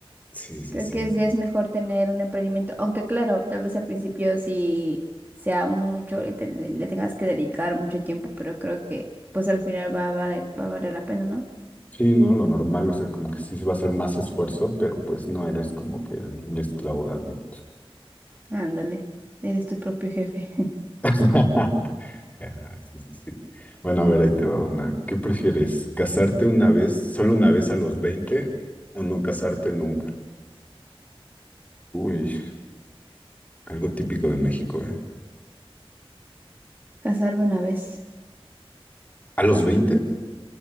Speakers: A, on the left; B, on the right.
A: Sí, sí,
B: Creo
A: sí.
B: que es, ya es mejor tener un emprendimiento, aunque claro, tal vez al principio sí sea mucho, le, ten- le- le tengas que dedicar mucho tiempo, pero creo que pues al final va a valer, va a valer la pena, ¿no?
A: Sí, ¿no? Lo normal, o sea, como que sí se va a hacer más esfuerzo, pero pues no eres como que el esclavo de alguien.
B: Ándale, eres tu propio jefe. <laughs>
A: <laughs> Ajá, Sí, sí, sí. Bueno, a ver, ahí te va una. ¿Qué prefieres? ¿Casarte una vez, solo una vez a los 20, o no casarte nunca? Uy, algo típico de México, ¿eh?
B: Casarme una vez,
A: ¿A los 20?